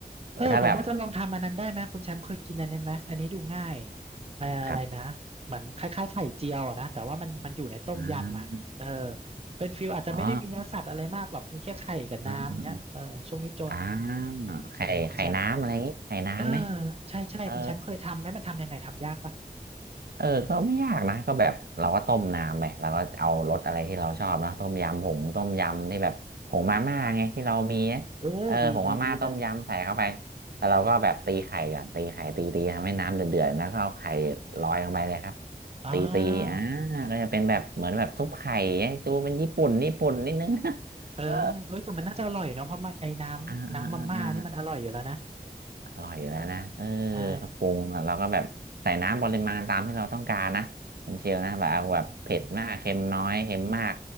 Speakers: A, on the right; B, on the right.
A: แต่ถ้าแบบ
B: เออผมว่าจะลองทำอันนั้นได้ไหมคุณแชมป์เคยกินอันนั้นไหมอันนี้ดูง่ายเอ่ออะไรนะเหมือนคล้ายๆไข่เจียวอะนะแต่ว่ามันมันอยู่ในต้มยำอ่ะเออ
A: ครับอ่า
B: เป็นฟิลอาจจะไม่ได้มีเนื้อสัตว์อะไรมากหรอกมีแค่ไข่กับน้ำเนี้ยเออช่วงนี้จน
A: อ๋ออ่าอ่าอ่าไข่ไข่น้ำอะไรงี้ไข่น้ำไหม
B: เออคุณแชมป์เออใช่ใช่คุณแชมป์เคยทำไหมมันทำยังไงทำยากปะ
A: เออ เออก็ไม่ยากนะก็แบบเราก็ต้มน้ำไปเราก็เอารสอะไรที่เราชอบนะต้มยำผงต้มยำที่แบบผงมาม่าไงที่เรามีนะเออผงมาม่าต้มยำใส่เข้าไป
B: โอ้ดีเลยดีเลย
A: แล้วเราก็แบบตีไข่ก่อนตีไข่ตีตีทำให้น้ำเดือดๆแล้วก็เอาไข่ลอยลงไปเลยครับ
B: อ่า
A: ตีตีอ่าก็จะเป็นแบบเหมือนแบบซุปไข่ไงดูเป็นญี่ปุ่นญี่ปุ่นนิดนึง
B: เออเอ้ยแต่มันน่าจะอร่อยเนาะเพราะมันไอ้น้ำน้ำมาม่านี่มันอร่อยอยู่แล้วนะ
A: <laughs> เอออ่าอ่าอ่า อร่อยอยู่แล้วนะเออ
B: ใช่
A: ก็ปรุงอะเราก็แบบใส่น้ำปริมาณตามที่เราต้องการนะคุณเชลนะแบบเอาแบบเผ็ดมาก
B: อืม
A: เค็มน้อยเค็มมาก